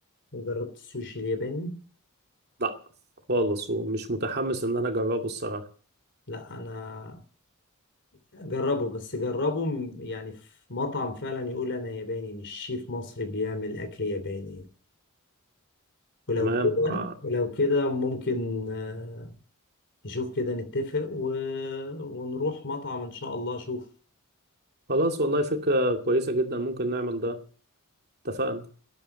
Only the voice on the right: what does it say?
لا خالص ومش متحمس إن أنا أجربه الصراحة
تمام
آه،
خلاص والله فكرة كويسة جدا ممكن نعمل ده اتفقنا